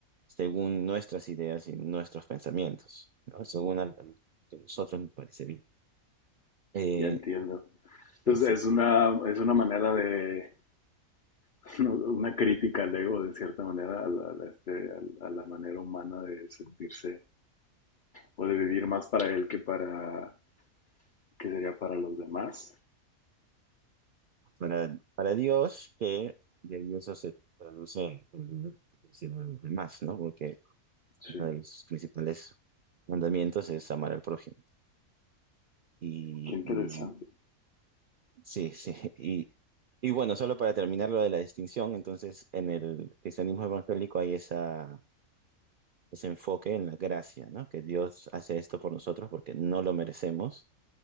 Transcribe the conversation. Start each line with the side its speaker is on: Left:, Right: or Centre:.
Right: según nuestras ideas y nuestros pensamientos, ¿no? Según algo que a nosotros nos parece bien. Eh,
Left: Ya entiendo. Entonces
Right: sí, sí.
Left: es una, es una manera de, <laughs> ¿no? una crítica al ego de cierta manera, a la, a este, a la manera humana de sentirse o de vivir más para él que para, que sería para los demás.
Right: para, para Dios, que de ahí eso se traduce en si no a los demás, ¿no? Porque uno
Left: Sí,
Right: de los principales mandamientos es amar al prójimo. Y,
Left: qué interesante.
Right: y sí, <laughs> sí. Y, y bueno, solo para terminar lo de la distinción, entonces en el cristianismo evangélico hay esa, ese enfoque en la gracia, ¿no? Que Dios hace esto por nosotros porque no lo merecemos